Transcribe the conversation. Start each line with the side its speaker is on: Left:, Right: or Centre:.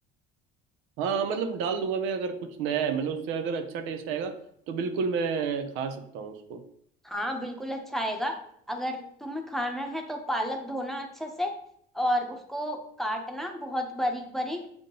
Right: हाँ मतलब डाल दूंगा मैं अगर कुछ नया है मतलब उससे अगर अच्छा टेस्ट आएगा तो बिल्कुल मैं खा सकता हूँ उसको
Centre: हाँ बिल्कुल अच्छा आएगा अगर तुम्हें खाना है तो पालक धोना अच्छे से और उसको काटना बहुत बारीक बारीक